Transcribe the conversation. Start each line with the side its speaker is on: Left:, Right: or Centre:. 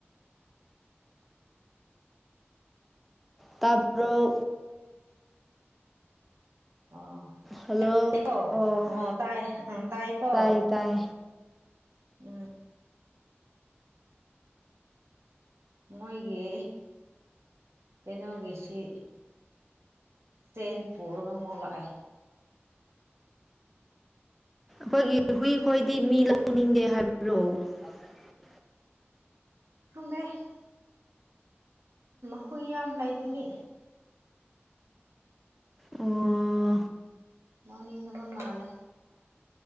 Centre: ꯇꯥꯕꯔꯣ
Right: ꯑꯣ
Centre: ꯍꯜꯂꯣ
Right: ꯇꯥꯏꯀꯣ
Centre: ꯑꯣ
Right: ꯇꯥꯏ ꯎꯝ ꯇꯥꯏꯀꯣ
Centre: ꯇꯥꯏ ꯇꯥꯏ
Right: ꯎꯝ ꯃꯣꯏꯒꯤ ꯀꯩꯅꯣꯒꯤꯁꯤ ꯆꯦꯟ ꯄꯔꯒ ꯃ ꯑꯣꯂꯛꯥꯏ
Centre: ꯑꯩꯈꯣꯏꯒꯤ ꯍꯨꯏꯈꯣꯏꯗꯤ ꯃꯤ ꯂꯧꯅꯤꯡꯗꯦ ꯍꯥꯏꯕ꯭ꯔꯣ <unintelligible>
Right: <unintelligible> ꯍꯨꯏ ꯌꯥꯝ ꯂꯩꯕꯒꯤ
Centre: ꯑꯣ
Right: ꯅꯅꯤꯡꯅꯤꯡꯗꯕꯨꯝ ꯃꯥꯂꯦ